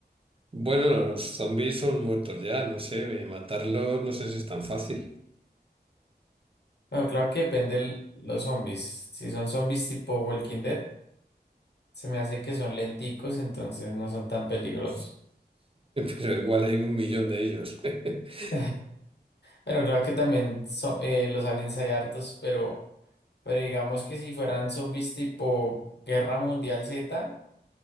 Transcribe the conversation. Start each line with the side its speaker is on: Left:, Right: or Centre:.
Right: Bueno, no, los zombies son muertos ya, no sé, eh, matarlos no sé si es tan fácil.
Left: Bueno, claro que depende el- los zombies. Si son zombies tipo Walking Dead, se me hace que son lenticos, entonces no son tan peligrosos.
Right: <laughs> Pero igual hay un millón de ellos. <laughs>
Left: <laughs> Bueno, claro que también so- eh, los aliens hay hartos, pero, pero digamos que si fueran zombies tipo Guerra Mundial Z,